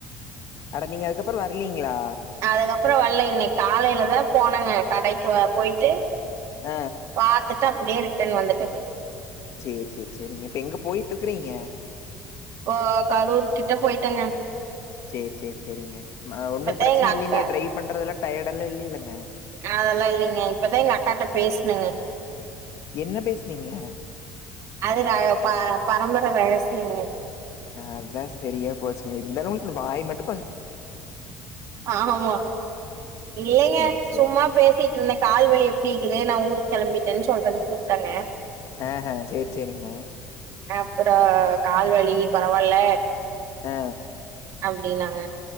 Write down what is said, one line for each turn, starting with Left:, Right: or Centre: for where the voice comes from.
Left: அட நீங்க அதுக்கப்பறோ வரலீங்களா
Right: அதுக்கப்பறோ வல்ல இன்னக்கி காலேலதா போனங்க கடைக்கு போயிட்டு
Left: ஆ
Right: பாத்துட்டு அப்டியே ரிட்டன் வந்துட்டேங்க
Left: சேரி சேரி சேரிங்க இப்ப எங்க போயிட்டு இருக்குறீங்க
Right: இப்போ கரூர் கிட்ட போயிட்டேங்க
Left: சேரி சேரி சேரிங்க அ
Right: இப்பத்தா
Left: ஒன்னு பிரச்சன
Right: எங்க அக்கா
Left: இல்ல இல்லையே ட்ரை பண்றதுல டயர்டெல்லா இல்லைலங்க
Right: ஆ அதெல்லா இல்லலைங்க இப்பதா எங்க அக்காட்ட பேசுனங்க
Left: என்ன பேசுனீங்க
Right: அது ர ப பரம்பர ரகசியம்ங்க
Left: அதா செரியா போச்சுங்க இருந்தாலு உங்களுக்கு இந்த வாய் மட்டு
Right: ஆமா இல்லைங்க
Left: சேரி சேரி
Right: சும்மாப் பேசிட்ருந்தே கால் வலி எப்டி இக்குது நா ஊருக்கு கெளம்பிட்டன் சொல்றதுக்கு கூப்ட்டங்க
Left: ஆ ஹ சேரி சேரிங்க
Right: அப்றோ கால் வலி பரவால்ல
Left: ஆ
Right: அப்டின்னாங்க